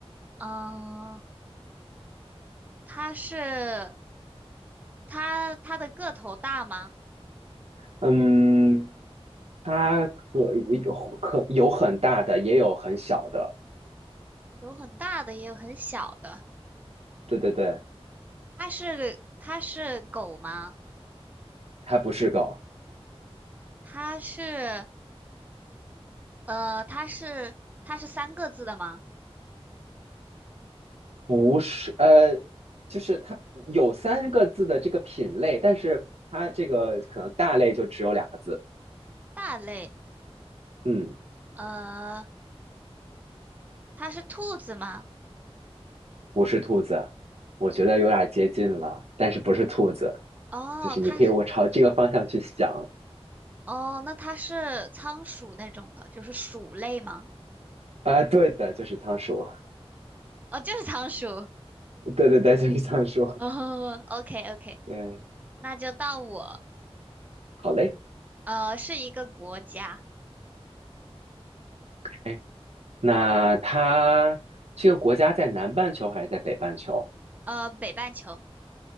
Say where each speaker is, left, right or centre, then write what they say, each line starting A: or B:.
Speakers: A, on the right; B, on the right.
A: 嗯，它是它它的个头大吗？
B: 嗯，它可有可有很大的，也有很小的，
A: 有很大的，也有很小的。
B: 对对对，
A: 它是它是狗吗？
B: 它不是狗。
A: 它是呃它是它是三个字的吗？
B: 不是，呃，就是它有三个字的这个品类，但是它这个可能大类就只有两个字。
A: 大类。
B: 嗯，
A: 呃，它是兔子吗？
B: 不是兔子，我觉得有点接近了，但是不是兔子，
A: 哦，
B: 就是你可以我朝这个方向去想。
A: 它是哦，那它是仓鼠那种的，就是鼠类吗？
B: 啊、对的，就是仓鼠。
A: 哦，就是仓鼠。
B: 对对对，就是仓鼠。
A: 哦，OK
B: <laughs>
A: OK，
B: 对，
A: 那就到我。
B: 好嘞。
A: 呃，是一个国家，
B: 哎，那它这个国家在南半球还是在北半球？
A: 呃，北半球。